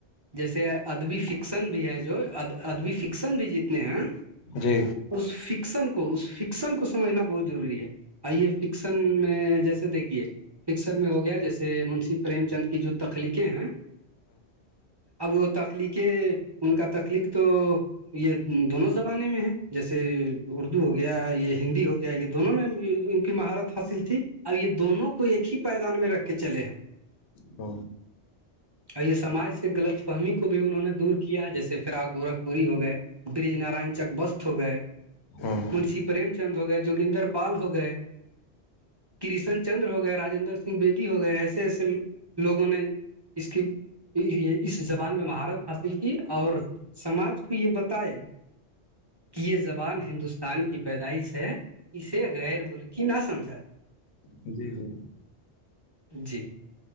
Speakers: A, on the right; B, on the left.
A: جیسے ادبی فکسن بھی ہے جو ا ادبی فکشن ایکسن بھی جیتنے ہیں
B: جی
A: اس فکشن کو اس فکشن کو سمجھنا بہت ضروری ہے آئیے فکشن میں جیسے دیکھیے فکسن میں ہو گیا جیسے منشی پریم چند کی جو تخلیقیں ہیں اب وہ تخلیقیں ان کا تخلیق تو یہ دونوں زبانے میں ہے جیسے اردو ہوگیا یہ ہندی ہو گیا یہ دونوں میں ان کی مہارت حاصل تھی اب یہ دونوں کو ایک ہی پائیدان میں رکھ کے چلے ہیں
B: ہاں
A: اور یہ سماج سے غلط فہمی کو بھی انہوں نے دور کیا جیسے فرا گورکھپوری ہو گئے برج نارائن چک بست ہو گئے
B: ہاں
A: منشی پریم چند ہو گئے جوگدر پال ہو گئے کرشن چندر ہو گئے رجیندر سنگھ بییدی ہو گئے ایسے ایسے لوگوں نے اس کی اس زبان میں مہارت حاصل کی اور سماج کو یہ بتائے کہ یہ زبان ہندوستان کی پیدائش ہے اسے غیر مول کی نہ سمجھا جا
B: جی جی
A: جی